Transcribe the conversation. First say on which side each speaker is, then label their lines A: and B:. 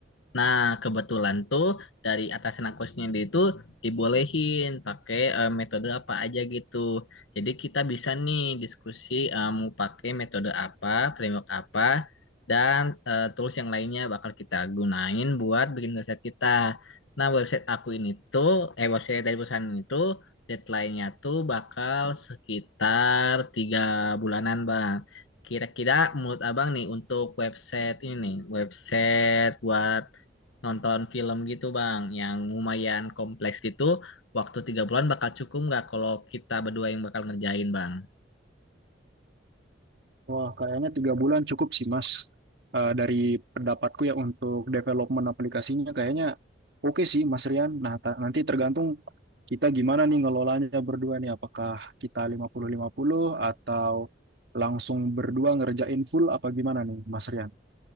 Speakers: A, on the left; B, on the right.
A: Nah, kebetulan tuh dari atasan aku sendiri itu dibolehin pakai eh, metode apa aja gitu. Jadi kita bisa nih diskusi eh, mau pakai metode apa, framework apa, dan eh, tools yang lainnya bakal kita gunain buat bikin website kita. Nah, website aku ini tuh, eh website dari perusahaan ini tuh deadline-nya tuh bakal sekitar tiga bulanan, Bang. Kira-kira menurut Abang nih untuk website ini nih, website buat nonton film gitu Bang, yang lumayan kompleks gitu, waktu tiga bulan bakal cukup nggak kalau kita berdua yang bakal ngerjain Bang?
B: Wah, kayaknya tiga bulan cukup sih, Mas. Eh, dari pendapatku ya untuk development aplikasinya kayaknya oke sih, Mas Rian. Nah, ta- nanti tergantung kita gimana nih ngelolanya berdua nih. Apakah kita lima puluh lima puluh atau langsung berdua ngerjain full apa gimana nih, Mas Rian?